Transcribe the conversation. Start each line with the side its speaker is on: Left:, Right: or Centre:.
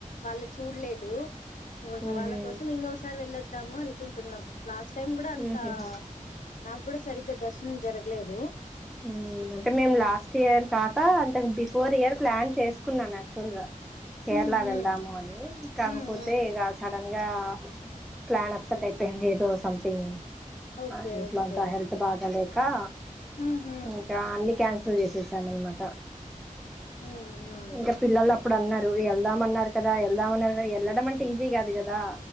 Left: వాళ్ళు చూల్లేద్ దో సో ఇంగ
Centre: ఉహు
Left: వాళ్ళ కోసం ఇంగోసారి వెళ్ళొద్దాము అని కుంటున్నాం లాస్ట్ టైమ్ గుడ అంతా
Centre: ఉహుహు
Left: నాగ్ గుడ సరిగ్ గ్ దర్శనం జరగ్లేదు
Centre: ఊన అంటే మేము లాస్ట్ ఇయర్ కాక్ కా అంతక్ బిఫోర్ ఇయర్ ప్లాన్ చేసుకున్నాం యాక్చువల్ గా కేరళ
Left: హ్మ్ హ్మ్
Centre: వెళ్దాము అని కాకపోతే
Left: హ్మ్ హ్మ్
Centre: ఇగ సన్ డంగా ప్లాన్ అప్సెట్
Left: ఓ
Centre: అయిపెయింది ఏదో సంథింగ్
Left: ఓకే
Centre: ఆ ఇంట్లో
Left: ఓకే
Centre: అంత హెల్త్ బాగాలే ఫా
Left: హ్మ్ హ్మ్
Centre: ఇంకా అన్ని క్యాన్స్ సిల్ జేసి తమ్ముని మాట
Left: హ్మ్ హ్మ్
Centre: ఇంక పిల్లల్లు అప్ ఇప్పుడు అన్నారు ఎళ్దామ్ అన్నారు కదా ఎళ్దామ్ అన్నారు గా ఎళ్ళడం అంటే ఈజీ గాదు కదా